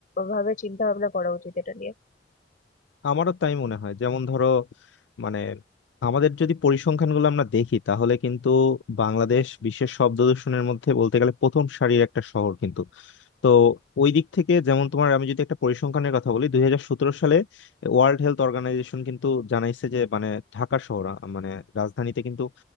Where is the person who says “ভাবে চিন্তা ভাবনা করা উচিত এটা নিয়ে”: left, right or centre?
Left